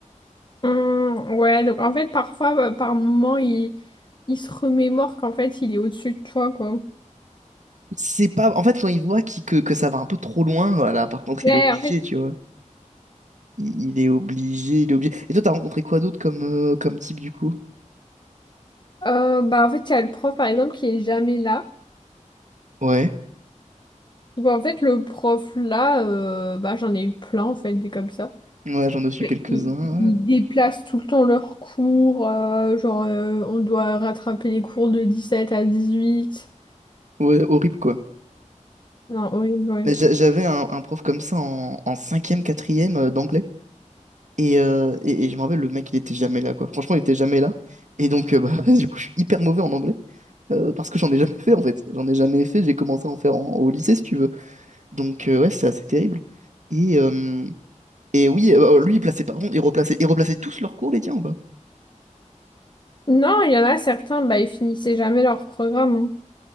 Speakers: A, on the left; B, on the right.
A: Hum, ouais, donc en fait, parfois, bah, par moment, il, il se remémore qu'en fait, il est au-dessus de toi, quoi.
B: C'est pas en fait quand il voit qu'il- que que ça va un peu trop loin voilà par contre
A: Ouais,
B: il est obligé
A: en fait,
B: tu vois il, il est obligé il est obligé et toi t'as rencontré quoi d'autre comme euh, comme type du coup?
A: euh, bah, en fait, il y a le prof, par exemple, qui est jamais là.
B: Ouais
A: Donc, en fait, le prof, là, euh, bah, j'en ai eu plein, en fait, des comme ça.
B: ouais j'en ai su
A: Et
B: quelques-uns
A: Ils, ils
B: ouais,
A: déplacent tout le temps leurs cours, euh, genre, euh, on doit rattraper les cours de 17 à 18.
B: Ouais, horrible quoi
A: Non, horrible, ouais.
B: Mais j'a- j'avais un, un prof comme ça en, en cinquième, quatrième euh, d'anglais. Et, euh, et, et je me rappelle, le mec, il était jamais là, quoi. Franchement, il était jamais là. Et donc, euh, bah, <laughs> du coup, je suis hyper mauvais en anglais. euh, parce que j'en ai jamais fait, en fait. J'en ai jamais fait. J'ai commencé à en faire en- au lycée, si tu veux. Donc, euh, ouais, c'est assez terrible. Et, euh, et oui, euh, bah, lui, il plaçait pas. Bon, il replaçait, il replaçait tous leurs cours, les tiens, quoi
A: Non, il y en a certains, bah, ils finissaient jamais leur programme. hein.